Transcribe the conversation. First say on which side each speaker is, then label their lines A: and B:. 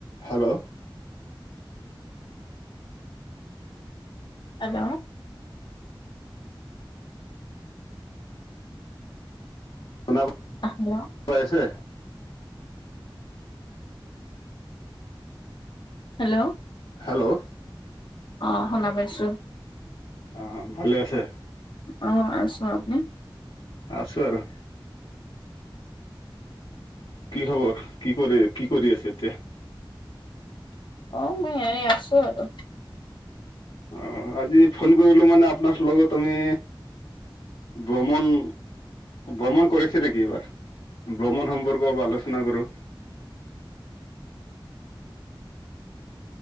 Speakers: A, on the left; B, on the left.
A: Hello
B: hello
A: শুনা
B: hello
A: না পাই আছে।
B: হেল্ল,
A: হেল্ল' অ
B: অঁ শুনা পাইছোঁ।
A: অঁ, ভালে আছে?
B: অঁ, আছো আপুনি?
A: আছোঁ আৰু। কি খবৰ? কি কৰে, কি কৰি আছে এতিয়া?
B: অঁ, মই এনে আছো আৰু।
A: অঁ, আজি ফোন কৰিলোঁ মানে আপোনাহতৰ লগত আমি ব্ৰমণ ব্ৰমণ কৰিছে নেকি এইবাৰ? ভ্ৰমণ সম্পৰ্ক অলপ আলোচনা কৰো।